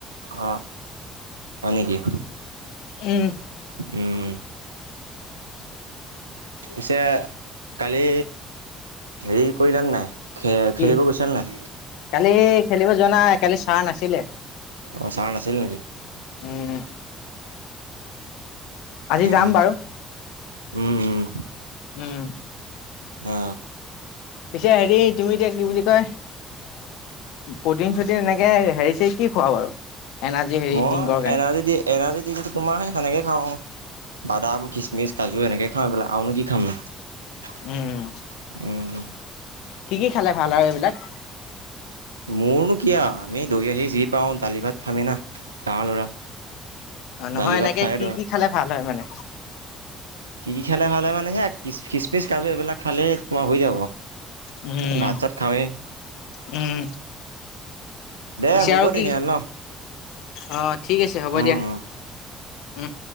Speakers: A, on the right (about 85°); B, on the left (about 70°).
A: অ হয় নেকি
B: উম
A: উম
B: <inaudible>
A: পিছে কালি হেৰি কৰিলান নাই খে
B: কি
A: খেলিব গৈছা নে নাই
B: কালি খেলিব যোৱা নাই কালি চাৰ নাছিলে
A: অ চাৰ নাছিল নেকি?
B: উম আজি
A: উম
B: যাম
A: উম
B: বাৰু
A: উম উম
B: উম
A: অ
B: পিছে হেৰি তুমি এতিয়া কি বুলি কয় প্ৰটিন চটিন এনেকে হেৰি চেৰি কি খোৱা বাৰু এনাৰ্জি হেৰি
A: মই
B: ড্ৰিংকৰ কাৰণে
A: এনাৰ্জি দি এনাৰ্জি ডংটো তোমাৰ সে সেনেকে খাওঁ বাদাম খিচমিচ কাজু এনেকে খামও এইবিলাক আৰুনো কি খাম নো
B: উম
A: উম
B: কি কি খালে ভাল আৰু এইবিলাক
A: মোৰনো কিয় আউ আমি দুয়ো আহি যি পাওঁ দালি ভাত খামি না গাৱৰ ল'ৰা-
B: অ নহয়
A: দালি
B: এনেকে
A: ভাত খায়ে
B: কি
A: দৌৰা
B: কি খালে ভাল হয় মানে।
A: কি কি খালে ভাল হয় মানে সেয়া খিচমিচ কাজু এইবিলাক খালেই তোমাৰ হৈ যাব।
B: উম
A: ভাত চাত খাওঁৱেই
B: উম
A: দে
B: পিছে
A: হ'ব
B: আৰু
A: তেতিনেহ'লে
B: কি
A: ন
B: অ ঠিক আছে হ'ব
A: উম
B: দিয়া।
A: উম
B: উম